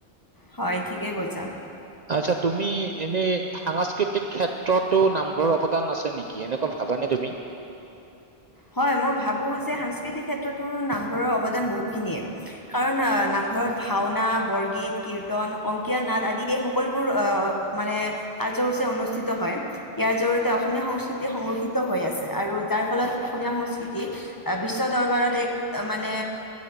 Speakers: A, on the left; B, on the right.
A: হয় ঠিকেই কৈছা।
B: আচ্ছা তুমি এনেই সাংস্কৃতিক ক্ষেত্ৰতো নামঘৰৰ অৱদান আছে নেকি এনেকুৱা ভাবানে তুমি?
A: হয় মই ভাবোঁ যে সাংস্কৃতিক ক্ষেত্ৰতো নামঘৰৰ অৱদান বহুখিনিয়ে, কাৰণ নামঘৰত ভাওনা বৰগীত কীৰ্তন অংকীয়া নাট আদি এই সকলোবোৰ মানে কাৰ্যসূচী অনুষ্ঠিত হয় ইয়াৰ জৰিয়তে অসমীয়া সংস্কৃতি সংৰক্ষিত হৈ আছে আৰু যাৰ ফলত অসমীয়া সংস্কৃতি বিশ্ব দৰবাৰত এক মানে